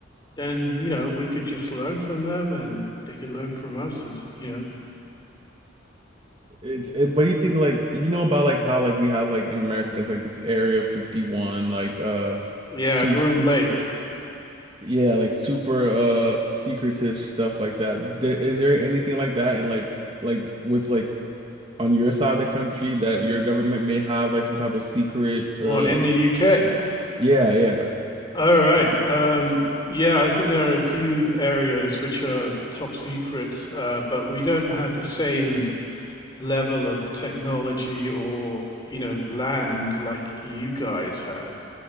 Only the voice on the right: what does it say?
it's
it, but you think like you know about like how like we have like in America there's like this Area 51 like uh
super
yeah like super uh secretive stuff like that. Th- Is there anything like that and like like with like on your side of the country that your government may have like some type of secret uh
yeah yeah